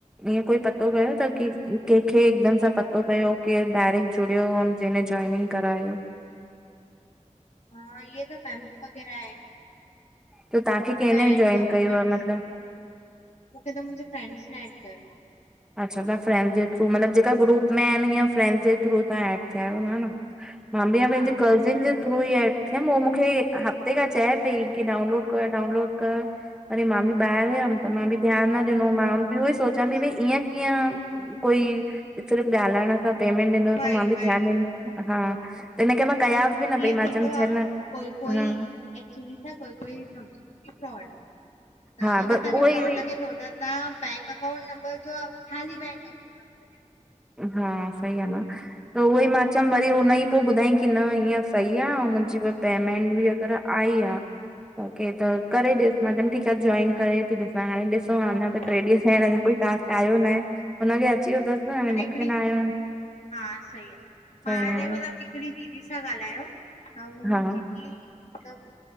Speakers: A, in the centre; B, on the left (about 60°).
A: ईएंं कोई पतो कयो त कि, केंखे हिकदम सां पतो पियो के डायरेक्ट जुड़ियो होन जेेने जॉइनिंग करायो
B: हा इहो त मैमस वग़ैरह आहेन
A: त तव्हांखे
B: ग्रुप
A: कंहिंने
B: में एड
A: जॉइन
B: अथव एमएमस
A: कयो आहे मतलब
B: <unintelligible> मूंखे त मुंहिंजे फ्रेंड्स ने एड कयो आहे
A: अच्छा तव्हां फ्रेंडस जे थ्रू, मतिलबु जेक गुप आहिनि हअं फ्रैडस जे थ्रू तव्हां एंड थिया आहियो है न मां बि आ न
B: हा
A: पंहिंजे कज़िन जे थ्रू ई एप थियमि उहो मूंखे हफ़्ते खां चए पई की डाउनलोड करि डाउनलोड करि अरी मां बि ॿाहिरि वियमि, त मां बि ध्यानु न ॾिनो मां बि हुयसि सोचां
B: अच्छा
A: पई भई ईअं कीअं कोई सिर्फ़ ॻाल्हाइण पेमेंट ॾिनो
B: वई
A: त मां बि
B: वई
A: ध्यानु ॾींनमु हा त हिनखे मां कयां बि न
B: ईअं
A: पई
B: थींदो
A: मां चयमि
B: आहे
A: छ न
B: कोई- कोई
A: हा
B: एक्चुली सां कोई- कोई सम्झंदो की फ्रॉड आहे। त
A: हा
B: अगरि
A: बस
B: तव्हांखे
A: उहो ई
B: फ्रॉड
A: हुई
B: लॻे थो त तां बैंक अकाउंट नंबर जो आहे उहो ख़ाली बैंक अकांट नंबर जो
A: हा सही ॻाल्हि आहे, त उहोई मां चयमि भई हुन ई पोइ ॿुधाई की न ईअं सही आह ऐं मुंहिंजी पेमेंट बि अगरि आई आह ओके त करे ॾिस मां तम ठीकु आहे जॉइन करे थी ॾिसां हाणे ॾिसो ह न <unintelligible> टे ॾींहं
B: ईअं आ
A: टास्क आयो न आहे। हुनखे अची वियो थसि
B: अड़ि
A: न। आयो आहे
B: हा सही, आहे मां
A: छा ईअं
B: हिने मतलबु <unintelligible> हिकिड़ी दीदी सां ॻाल्हायो त हू
A: हा
B: दीदी मतलबु